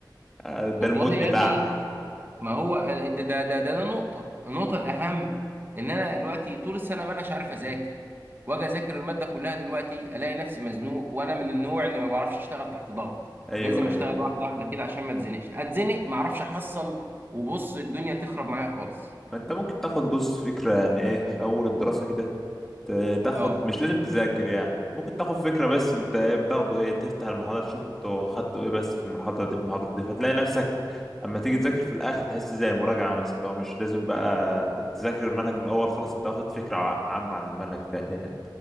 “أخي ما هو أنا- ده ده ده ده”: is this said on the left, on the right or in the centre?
Right